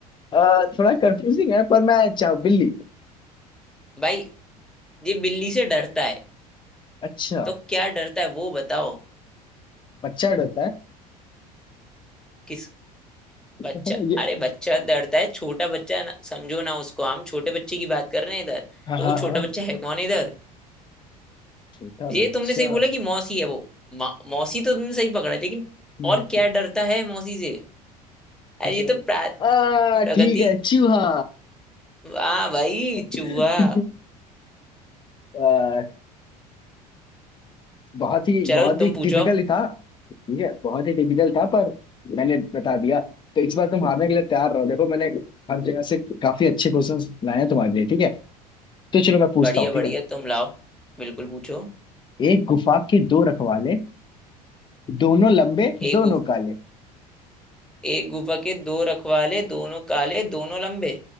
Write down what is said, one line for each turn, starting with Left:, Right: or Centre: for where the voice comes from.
Left: आ, थोड़ा कंफ्यूजिंग है पर मैं चाह बिल्ली
Centre: भाई ये बिल्ली से डरता है
Left: अच्छा
Centre: तो क्या डरता है वो बताओ
Left: बच्चा डरता है
Centre: किस
Left: हाँ,
Centre: बच्चा
Left: ये
Centre: अरे बच्चा डरता है छोटा बच्चा ना, समझो ना उसको हम छोटे बच्चे की बात कर रहे हैं इधर
Left: हाँ
Centre: तो
Left: हाँ
Centre: वो
Left: हाँ
Centre: छोटा बच्चा है कौन इधर
Left: छोटा
Centre: ये
Left: बच्चा
Centre: तुमने सही बोला कि मौसी है वो मौ- मौसी तो तुमने सही पकड़ा है, लेकिन
Left: हम्म
Centre: और क्या डरता है मौसी से अरे
Left: कुछ
Centre: ये
Left: और-
Centre: तो प्रा-
Left: आ
Centre: प्रगति
Left: ठीक है चूहा
Centre: वाह भाई
Left: <laughs>
Centre: चूहा
Left: आ, बहुत ही
Centre: चलो
Left: बहुत
Centre: तुम
Left: ही
Centre: पूछो
Left: टिपिकल ही था ठीक है बहुत ही टिपिकल था पर मैंने बता दिया तो इस बार तुम हारने के लिए तैयार रहो देखो मैंने हर जगह से काफी अच्छे क्वेश्चंस लाए हैं तुम्हारे लिए ठीक है तो चलो मैं पूछता
Centre: बढ़िया
Left: हूँ ठीक
Centre: बढ़िया
Left: है
Centre: तुम लाओ बिल्कुल पूछो
Left: एक गुफा के दो रखवाले दोनों लंबे
Centre: एक
Left: दोनों
Centre: गुफ,
Left: काले
Centre: एक गुफा के दो रखवाले दोनों काले दोनों लंबे